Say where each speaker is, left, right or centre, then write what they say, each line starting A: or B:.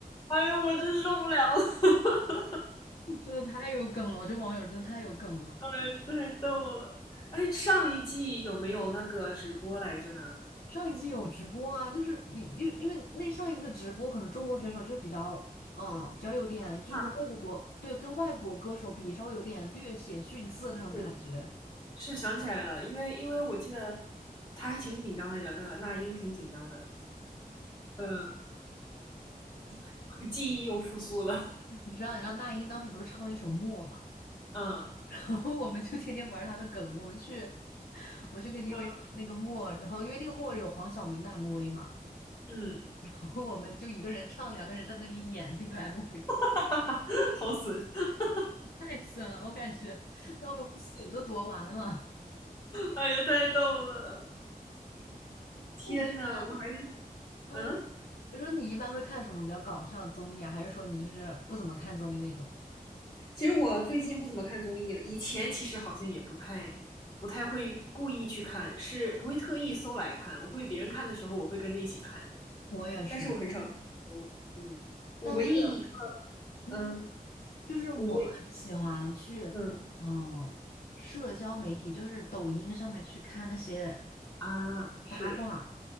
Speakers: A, on the left; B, on the left.
A: 哎呀，我真受不了了，<laughs>
B: <laughs> 真的太有梗了。我觉得网友真的太有梗了。
A: 当然太逗了，哎，上一季有没有那个直播来着呢？
B: 上一季有直播啊，就是你就因为那上一次直播，可能中国选手就是比较。啊、呃比较有点，就是跟外国国，
A: 啊，
B: 对，跟外国歌手比，稍微有点略显逊色那种感觉。
A: 对，是想起来了，因为因为我记得他还挺紧张来着，那个那英挺紧张的，嗯，<laughs> 记忆又复苏了，
B: 你知道，你知道那英当时不是唱了一首《默》嘛，
A: 嗯
B: <laughs> 然后我们就天天玩她的梗，我们去，我去 KTV
A: 嗯，
B: 唱那个《默》，然后因为那个《默》有黄晓明的 MV 嘛，
A: 嗯，
B: <laughs> 然后我们就一个人唱，两个人在那里演那个 MV，
A: <laughs> 好损，<laughs>
B: 太损了，我感觉都被我们损都夺完了。
A: 哎呀，太逗了，
B: <laughs>
A: 天呐，
B: 那你一般，
A: 我还
B: 嗯，
A: 嗯，
B: 比如说你一般会看什么比较搞笑的综艺啊，还是说你就是不怎么看综艺那种？
A: 其实我最近不怎么看综艺了，以前其实好像也不太不太会故意去看，是不会特意搜来看，我会别人看的时候我会跟着一起看，
B: 我也是，
A: 但是我很少搜，嗯，我唯一一个
B: 但是，嗯，
A: 嗯，
B: 就是我很喜欢去，
A: 我唯嗯
B: 嗯，社交媒体，就是抖音上面去看那些
A: 啊是。
B: 八卦。